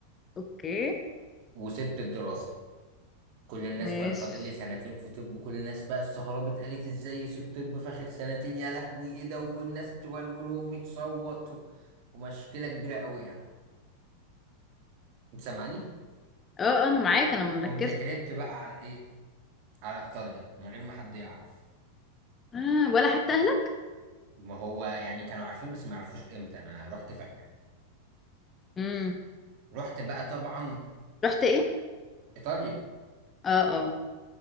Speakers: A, on the left (about 20°); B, on the right (about 45°).
A: اوكي
B: وسبت الدراسة كل الناس
A: ماشي
B: كان فاضل لي سنتين في طب كل الناس بقى استغربت قالت ازاي يسيب طب في اخر سنتين يا لهوي ايه ده والناس تولول وامي تصوت و- ومشكلة كبيرة قوي يعني انت سامعني
A: اه آه، انا معاك انا مركزه
B: قمت هربت بقى على ايه على ايطاليا من غير ما حد يعرف
A: آه ولا حتى اهلك
B: ما هو يعني كانوا عارفين بس ما يعرفوش امتى انا رحت فجأة
A: امم
B: رحت بقى طبعا
A: رحت ايه
B: ايطاليا
A: اه اه